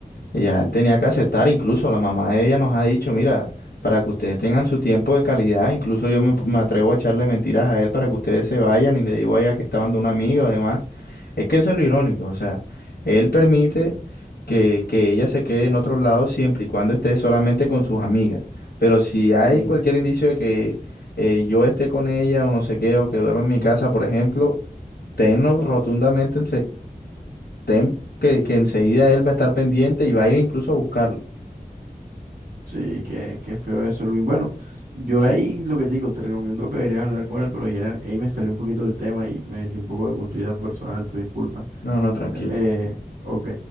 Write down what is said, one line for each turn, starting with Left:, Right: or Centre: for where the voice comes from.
Left: Ella tenía que aceptar, incluso la mamá de ella nos ha dicho, mira, para que ustedes tengan su tiempo de calidad, incluso yo me, me atrevo a echarle mentiras a él para que ustedes se vayan y le digo a ella que estaban de una amiga o demás. Es que eso es lo irónico, o sea, él permite que, que ella se quede en otros lados siempre y cuando esté solamente con sus amigas. Pero si hay
Right: Mm,
Left: cualquier indicio de que eh, yo esté con ella o no sé qué, o que duerma en mi casa, por ejemplo, tenlo rotundamente, en que, que enseguida él va a estar pendiente y va a ir incluso a buscarla.
Right: sí, qué, qué feo eso, Luis. Bueno, yo ahí lo que te digo, te recomiendo que deberías hablar con él, pero ya ahí me salió un poquito del tema y me metí un poco con tu vida personal, tu disculpa.
Left: No, no, tranquila.
Right: Eh, ok.